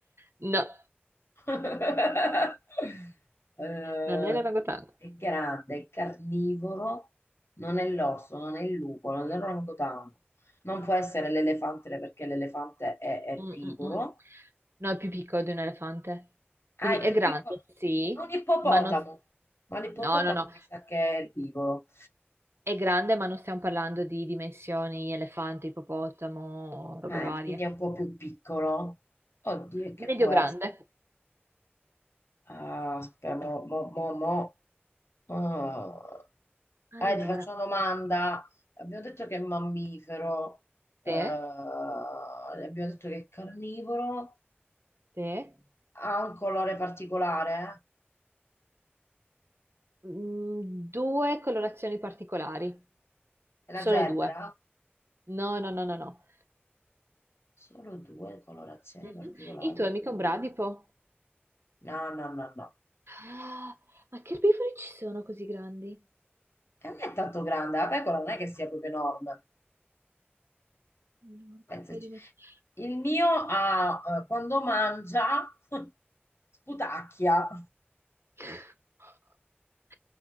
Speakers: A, on the right (about 80°); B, on the left (about 80°).
A: no,
B: <laughs> Eh,
A: non è l'orangotango.
B: è grande, è carnivoro, non è l'orso, non è il lupo, non è l'orangotango. Non può essere l'elefante perché l'elefante è erbivoro.
A: Mm, mm, mm. No, è più piccolo di un elefante.
B: Ah,
A: Quindi
B: è
A: è
B: più
A: grande,
B: piccolo.
A: sì,
B: È un ippopotamo,
A: ma non...
B: ma l'ippopotamo
A: No, no, no.
B: mi sa che è erbivoro.
A: È grande, ma non stiamo parlando di dimensioni elefante, ippopotamo, robe
B: Ah,
A: varie.
B: e quindi è un po' più piccolo. Oddio, e che
A: Medio
B: può
A: grande.
B: essere? Ah, aspetta, mo, mo, mo, mo. Ah,
A: Allora,
B: eh, ti faccio una
A: quindi
B: domanda. Abbiamo detto che è mammifero, eh,
A: te,
B: abbiamo detto che è carnivoro,
A: te,
B: ha un colore particolare, eh?
A: mm, due colorazioni particolari,
B: È la
A: solo
B: zebra?
A: due. No, no, no, no, no.
B: Solo due colorazioni
A: Mhm.
B: particolari.
A: Il tuo è mica un bradipo?
B: No, no, no, no.
A: Ah, ma che erbivori ci sono così grandi?
B: E non è tanto grande, la pecora non è che sia proprio enorme.
A: Allora,
B: Pensaci.
A: di quelle dimensioni.
B: Il mio ha, eh, quando mangia, <laughs> sputacchia.
A: <laughs>